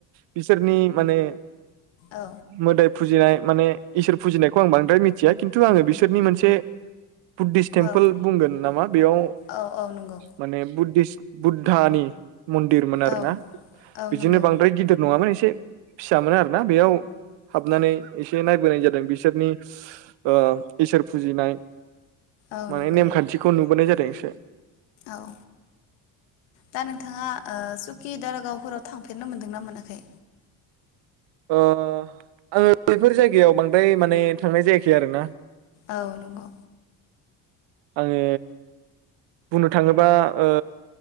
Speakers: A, on the right; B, on the left.
A: बिसोरनि माने
B: औ
A: मोदाय फुजिनाय माने इसोर फुजिनायखौ आं बांद्राय मिथिया खिन्थु आङो बिसोरनि मोनसे बुद्धिस टेम्पोल
B: औ
A: बुंगोन नामा बेयाव
B: औ औ नंगौ
A: माने बुद्धिसत बुद्धानि मन्दिरमोन आरो
B: औ
A: ना
B: औ
A: बिदिनो
B: नंगौ
A: बांद्राय गिदिर नङामोन एसे फिसामोन आरोना बेयाव हाबनानै एसे नायबोनाय जादों बिसोरनि ओ इसोर फुजिनाय
B: औ
A: माने
B: नंगौ
A: नेमखान्थिखौ नुबोनाय जादों। <unintelligible>
B: औ दा नोंथाङा सुकि दारगावफोराव थांफेरनो मोनदोंना मोनाखै?
A: ओ आङो बेफोर जायगायाव बांद्राय माने थांनाय जायाखै आरोना।
B: औ नंगौ।
A: आङो बुंनो थाङोबा ओ